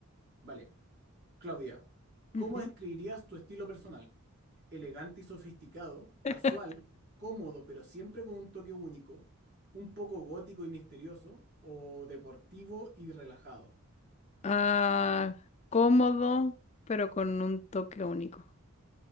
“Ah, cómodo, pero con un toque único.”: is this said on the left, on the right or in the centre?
Left